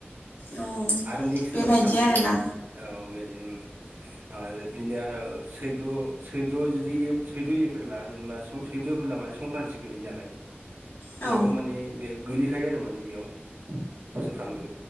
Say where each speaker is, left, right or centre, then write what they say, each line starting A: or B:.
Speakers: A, on the left (about 60°); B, on the right (about 60°).
A: औ
B: आरो नेक्स्ट दिनावसो
A: बेबायदि
B: जाबावो
A: आरोना
B: आरो माने औ बेदिनो। आरो बिनो आरो सैद सैद जुदि सैद' एप्रिला जेनेबा सैद' एप्रिला माने संक्रान्ति गोलैयो नालाय।
A: औ
B: बेयावबो माने बे गोलैखायो आरो माने बेयाव बोसोरफ्रामबो